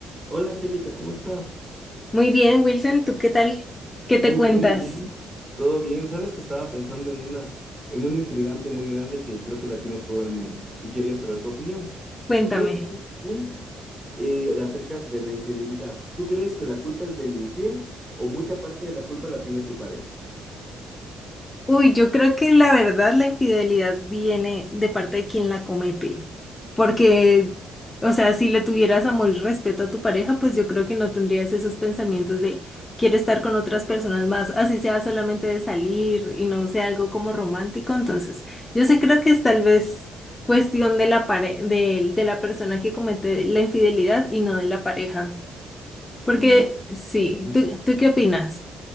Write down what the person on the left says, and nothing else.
Muy bien, Wilson, ¿tú qué tal? ¿Qué te
cuentas?
Cuéntame.
Uy, yo creo que la verdad la infidelidad viene de parte de quien la comete, porque, o sea, si le tuvieras amor y respeto a tu pareja, pues yo creo que no tendrías esos pensamientos de quiero estar con otras personas más, así sea solamente de salir y no sea algo como romántico. Entonces, yo sí creo que es tal vez cuestión de la pare- de, de la persona que comete la infidelidad y no de la pareja. Porque
sí,
¿tú, tú qué opinas?